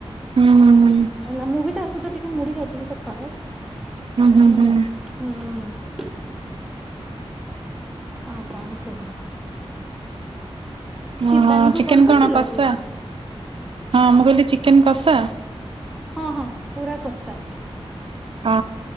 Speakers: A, on the right (about 55°); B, in the centre.
A: ହୁଁ ହୁଁ। ହୁଁ
B: ହେଲା, ମୁଁ ବି ତା ସହିତ ଟିକେ ମୁଢ଼ି ଖାଇଥିଲି, ସକାଳେ
A: ହୁଁ
B: ହେଲା।
A: ହୁଁ
B: ହୁଁ। ଆଉ କଣ କୁହ?
A: ହୁଁ
B: ଶିବାନୀଙ୍କୁ
A: ଚିକେନ
B: କଲ୍ କରିଥିଲ
A: କଣ କଷା?
B: କି?
A: ହଁ, ମୁଁ କହିଲି ଚିକେନ କଷା?
B: ହଁ ହଁ, ପୁରା କଷା।
A: ଓ,